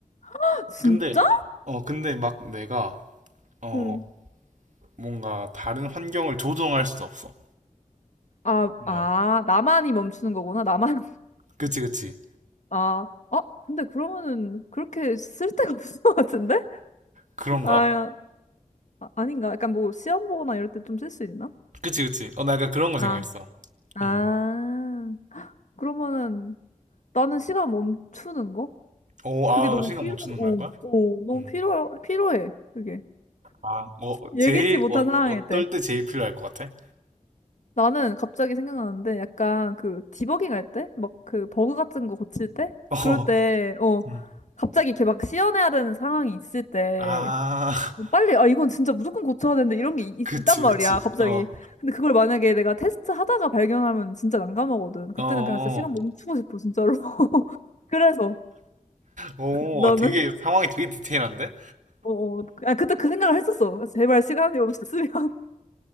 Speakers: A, on the left; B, on the right.
A: <gasps> <laughs> 진짜?
B: 근데 어 근데 막 내가 어
A: 응.
B: 뭔가 다른 환경을 조종할 수 없어.
A: 아, 아,
B: 그
A: 나만이 멈추는 거구나. 나만. <laughs>
B: 그치 그치
A: 아, 어? 근데 그러면은 그렇게 쓸 데가 <laughs> 없을 것 같은데?
B: 그런가?
A: 아, 아, 아닌가? 약간 뭐 시험 보거나 이럴 때 좀 쓸 수 있나?
B: 그치 그치. 어 나 약간 그런 거 생각했어.
A: 아, 아,
B: 음.
A: 그러면은 나는 시간 멈추는 거?
B: 오,
A: 그게
B: 아,
A: 너무
B: 시간
A: 필요,
B: 못 주는
A: 어,
B: 걸 거야?
A: 어, 너무
B: 음.
A: 필요, 필요해. 그게.
B: 아, 어,
A: 예기치
B: 제일,
A: 못한
B: 어,
A: 상황일
B: 어떨
A: 때.
B: 때 제일 필요할 것 같아?
A: 나는 갑자기 생각나는데 약간 그 디버깅 할 때? 막 그 버그 같은 거 고칠 때?
B: <laughs> 어,
A: 그럴 때, 어,
B: 음.
A: 갑자기 이렇게 막 씌어내야 되는 상황이 있을 때
B: 아,
A: 뭐
B: <laughs>
A: 빨리, 아, 이건 진짜 무조건 고쳐야 되는데 이런 게 있,
B: 그치,
A: 단 말이야,
B: 그치.
A: 갑자기.
B: 어,
A: 근데 그걸 만약에 내가 테스트 하다가 발견하면 진짜 난감하거든. 그때는
B: 어,
A: 그냥 진짜 시간 멈추고 싶어, 진짜로. <laughs> 그래서
B: 오,
A: 너는?
B: 와, 되게, 상황이 되게 디테일한데?
A: 어, 어, 아, 그때 그 생각을 했었어. 제발 시간이 멈췄으면. <laughs>